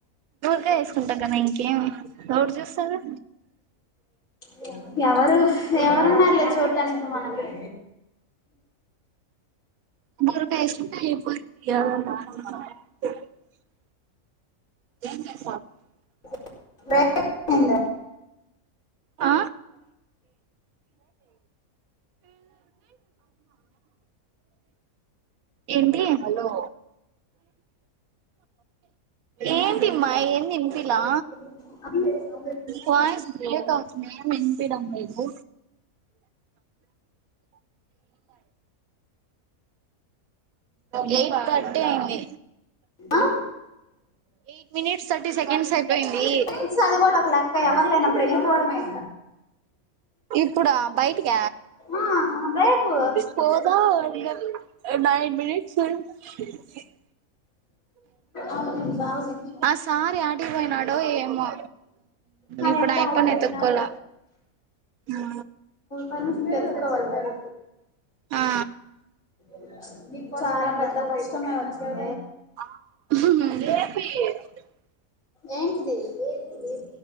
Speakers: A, on the right; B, on the left.
A: ఊరికే వేసుకుంటా కదా ఇంకేం ఎవరు చూస్తారు
B: <inaudible> ఎవరు ఎవరు ఉన్నారలే చూడడానికి తనికి మనకి
A: <unintelligible> <inaudible>
B: <unintelligible>
A: ఆ ఏంటి హలో ఏంటిమ్మా ఏంది ఇనిపిలా
B: అ
A: వాయిస్ బ్రేక్ అవుతుంది ఏం వినిపియడం లేదు లైన్ కట్ అయింది
B: ఆ
A: ఎయిట్ మినిట్స్ థర్టీ సెకండ్స్ అయిపోయింది
B: ఫ్రెండ్స్ అది కూడా ఒక లెక్క ఎవరు లేనప్పుడు పోడమే
A: ఇప్పుడా బయటిక
B: ఆ రేపు
A: పోదా మీరి <unintelligible>
B: ఆగు నిమిషం ఆగు నిమిషం
A: ఆ సార్ యాడికిపోయినాడో ఏమో
B: ఆ
A: ఇప్పుడు
B: యప్ప
A: ఆయప్పని
B: యాడికి పోయినాడో
A: వెతుక్కోల ఆ
B: పెర్మిషన్ తెచ్చుకోవాలి కదా
A: ఆ
B: <unintelligible> <unintelligible> పెద్ద కష్టమే వచ్చింది
A: <unintelligible>
B: ఏంటిది ఏంటి